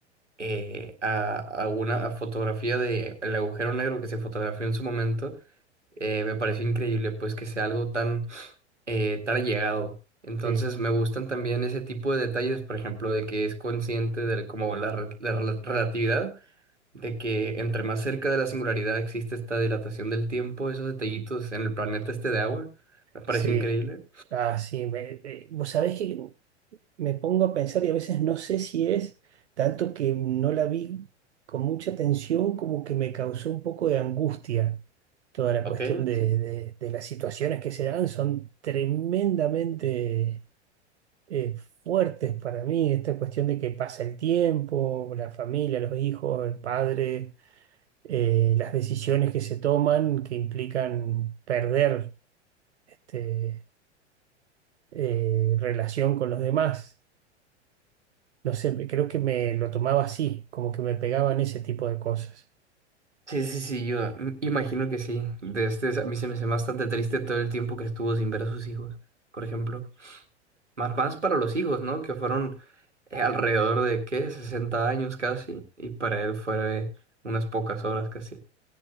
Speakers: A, on the right; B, on the right.
A: eh, a, a una fotografía de el agujero negro que se fotografió en su momento, eh, me pareció increíble, pues que sea algo tan, eh, tan allegado. Entonces
B: sí,
A: me gustan también ese tipo de detalles, por ejemplo, de que es consciente de como la, re- la rela- relatividad de que entre más cerca de la singularidad existe esta dilatación del tiempo, esos detallitos en el planeta este de agua, me pareció
B: sí.
A: increíble.
B: Ah, sí, me- eh, vos sabés que me pongo a pensar y a veces no sé si es tanto que no la vi con mucha atención como que me causó un poco de angustia toda la
A: Ok,
B: cuestión de,
A: sí.
B: de- de las situaciones que se dan. Son tremendamente eh, fuertes para mí, esta cuestión de que pasa el tiempo, la familia, los hijos, el padre, eh, las decisiones que se toman que implican perder este, eh, relación con los demás. No sé, me- creo que me lo tomaba así, como que me pegaban ese tipo de cosas.
A: Sí, sí, sí, yo mm, imagino que sí. De este, a mí se me hace bastante triste todo el tiempo que estuvo sin ver a sus hijos, por ejemplo. Más, más para los hijos, ¿no? Que fueron eh, alrededor de, ¿qué? sesenta años casi, y para él fue unas pocas horas casi.